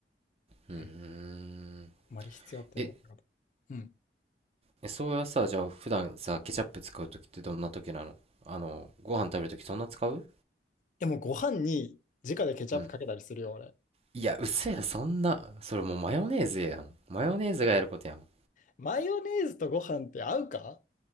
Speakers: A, on the right; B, on the left.
A: うーん。
B: うん、あまり必要って思ったこと。
A: え、
B: うん。
A: えそうやさ、じゃあ、普段さ、ケチャップ使うときってどんなときなのあの、ご飯食べるときそんな使う
B: でも、ご飯に直でケチャップかけたりするよ、
A: うん。
B: 俺。
A: いや、嘘や、そんな。それもうマヨネーズやん。マヨネーズがやることやん。
B: マヨネーズとご飯って合うかっ